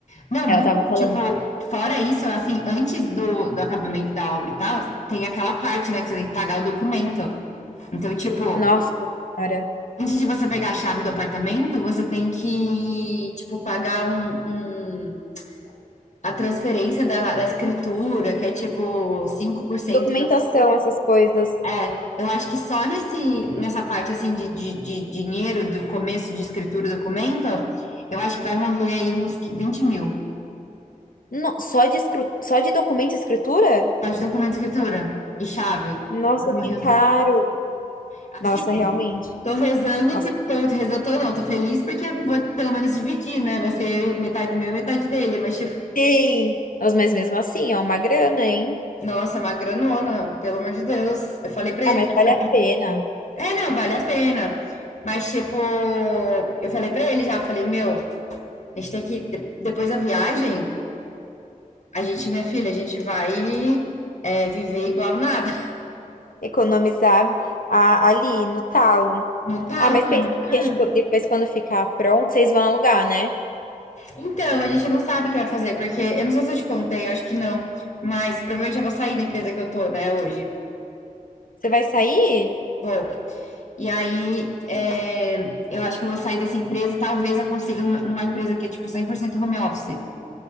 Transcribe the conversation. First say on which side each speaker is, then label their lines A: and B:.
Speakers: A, on the left; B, on the left.
A: Não,
B: Ela tava falando.
A: tipo, fora isso, assim, antes do, do acabamento da obra e tal, tem aquela parte, né, que você tem que pagar o documento. Então, tipo,
B: Nossa, cara.
A: antes de você pegar a chave do apartamento, você tem que, tipo, pagar um, um- a transferência da, da escritura, que é tipo 5%
B: Documentação,
A: da...
B: essas coisas.
A: É, eu acho que só nesse, nessa parte, assim, de, de, de dinheiro, do começo de escritura e documento, eu acho que vai morrer aí uns 20 mil.
B: No- só de, escru- só de documento e escritura?
A: Só de documento e escritura e chave,
B: Nossa, que
A: uns
B: caro.
A: Assim,
B: Nossa, realmente.
A: tô rezando,
B: Nossa,
A: por- tô rezando, tô não, tô feliz porque vou pelo menos dividir, né? Vai ser metade meu e metade dele, mas tipo,
B: sim. Nossa, mas mesmo assim, é uma grana, hein?
A: nossa, é uma granona, pelo amor de Deus. Eu falei pra
B: Ah,
A: ele,
B: mas
A: já
B: vale
A: falei,
B: a pena.
A: é, não, vale a pena. Mas tipo, eu falei pra ele já, falei, meu, a gente tem que, de- depois da viagem, a gente, minha filha, a gente vai é, viver igual nada.
B: Economizar a- ali no talo.
A: No tal,
B: Ah, mas
A: porque
B: pensa,
A: é muito
B: porque
A: caro.
B: tipo, depois quando ficar pronto, vocês vão alugar, né?
A: Então, a gente não sabe o que vai fazer, porque eu não sei se eu te contei, eu acho que não, mas provavelmente eu vou sair da empresa que eu tô, né, hoje.
B: Você vai sair?
A: Vou. E aí, é,
B: Tomara.
A: eu acho que eu vou sair dessa empresa e talvez eu consiga uma empresa que é, tipo, 100% home office.